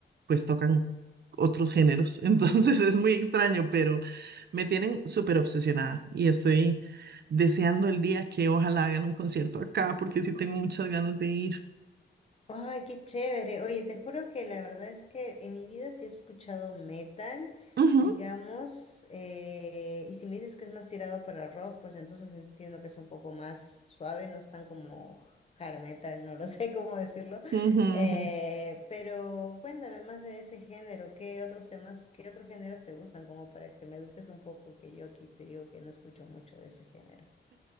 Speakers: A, on the right (about 60°); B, on the left (about 35°).
A: pues tocan otros géneros. <laughs> Entonces es muy extraño, pero me tienen súper obsesionada y estoy deseando el día que ojalá hagan un concierto acá, porque sí tengo muchas ganas de ir.
B: Ay, qué chévere. Oye, te juro que la verdad es que en mi vida sí he escuchado metal,
A: Ujú,
B: digamos, eh, y si me dices que es más tirado para rock, pues entonces entiendo que es un poco más suave, no es tan como hard metal, no lo sé <laughs> cómo decirlo.
A: ujú,
B: Eh,
A: ujú.
B: pero cuéntame más de ese género, ¿qué otros temas, qué otros géneros te gustan? Como para que me eduques un poco, que yo aquí te digo que no escucho mucho de ese género.